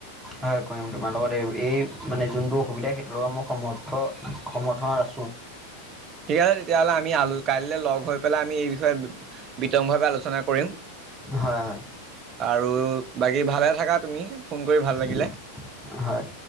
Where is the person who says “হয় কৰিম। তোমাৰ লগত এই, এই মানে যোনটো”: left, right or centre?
Centre